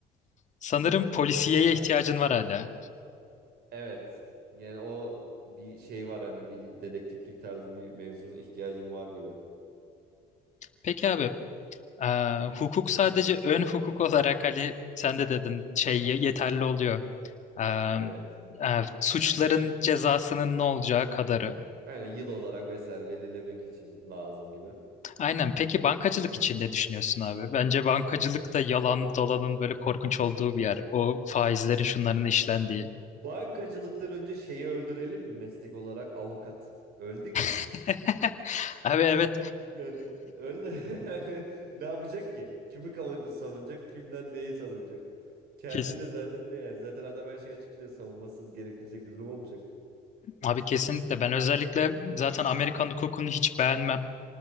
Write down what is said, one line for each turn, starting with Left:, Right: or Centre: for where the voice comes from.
Left: Sanırım polisiyeye
Right: Ha
Left: ihtiyacın var hala.
Right: evet. Yani o bir şey var hani bir dedektiflik tarzı bir mevzunun ihtiyacım var gibi.
Left: Peki abi e, hukuk sadece ön hukuk olarak hani sen de dedin şey ye- yeterli oluyor. E,
Right: Evet.
Left: e, suçların cezasının ne olacağı kadarı.
Right: Yani yıl olarak vesaire belirlemek için lazım gibi.
Left: Aynen. Peki bankacılık için ne düşünüyorsun abi? Bence bankacılık da yalan dolanın böyle korkunç olduğu bir yer. O faizlerin şunların işlendiği.
Right: Bankacılıktan önce şeyi öldürelim mi meslek olarak avukat? Öldü gibi.
Left: <laughs> Abi evet.
Right: Yani öldü. <laughs> Yani ne yapacak ki? Kimi kavu- savunacak? Kimden neyi savunacak? Kendi
Left: Kes-
Right: de zaten ne ya? Zaten adam her şeyi açıklıyor. Savunması gerektirecek bir durum olmayacak.
Left: Abi kesinlikle. Ben özellikle zaten Amerikan hukukunu hiç beğenmem.